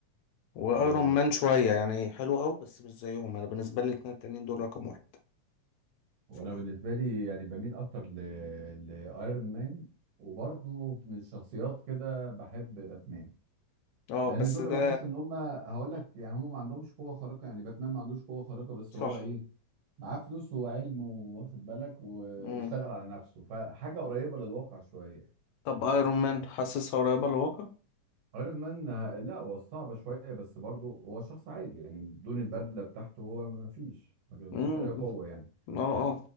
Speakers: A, on the left; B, on the right.
A: وايرون
B: أه
A: مان شويه يعني حلو قوي بس مش زيهم انا بالنسبه لي الاتنين التانيين دول رقم واحد
B: وانا
A: ف-
B: بالنسبه لي يعني بميل اكتر ل... لايرون مان وبرضه من الشخصيات كده بحب باتمان
A: اه
B: لان
A: بس
B: دول
A: ده
B: بحس ان هم هقول لك يعني هم ما عندهمش قوه خارقه يعني باتمان ما عندوش قوه خارقه بس
A: صح
B: هو ايه معاه فلوس وعلم واخد بالك واشتغل
A: مم.
B: على نفسه فحاجه قريبه للواقع شويه
A: طب ايرون مان حاسسها قريبه للواقع
B: ايرون مان آه، لا هو صعبة شوية بس برضه هو شخص عادي يعني بدون البدلة بتاعته هو ما فيش ما بيمدوش
A: امم
B: أي قوة يعني
A: اه آه.